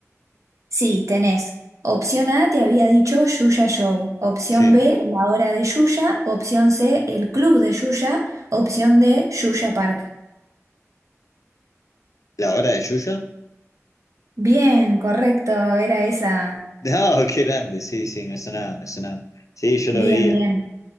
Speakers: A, on the right (about 70°); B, on the left (about 85°).
A: Sí, tenés. Opción A, te había dicho Yuya Show. Opción
B: Sí.
A: B, La Hora de Yuya. Opción C, El Club de Yuya. Opción D, Yuya Park.
B: ¿La hora de Yuya?
A: Bien, correcto, era esa.
B: <laughs> No, qué grande, sí, sí, me sonaba, me sonaba. Sí, yo
A: Bien,
B: lo veía.
A: bien.